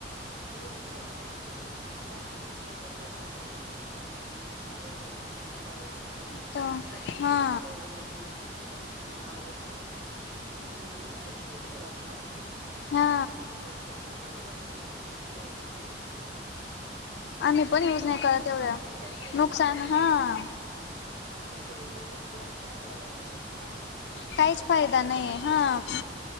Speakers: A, on the right; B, on the left.
A: ते नको वाटत मी कुठलाच सोशल मीडिया प्लॅटफॉर्मर नसते मला नाही इंस्टा आवडतो नाही युट्यूब आवडतं म्हणजे
B: तर
A: मी त्याच्यामुळे
B: हा
A: तुम्हाला एवढं म्हणते. की मला त्या गोष्टी नाही आवडत. च बाबा की मी नाहीच युज करत ना.
B: हा
A: ना मी यूज करते मुलांना यज करू देते असं.
B: आम्ही
A: मला
B: पण यूज
A: त्याच्यातून
B: नाही करत
A: नुकसानच
B: एवढं
A: दिसतात. फायद्यापेक्षा
B: नुकसान
A: जास्त
B: हा
A: आजकालच्या एवडू शाख मुलांना काय फायदाय त्याच्यात काहीच नाही तुमचे
B: काहीच
A: आई वडील
B: फायदा
A: तुम्हाला
B: नाही
A: शिकवताय
B: हा
A: ना.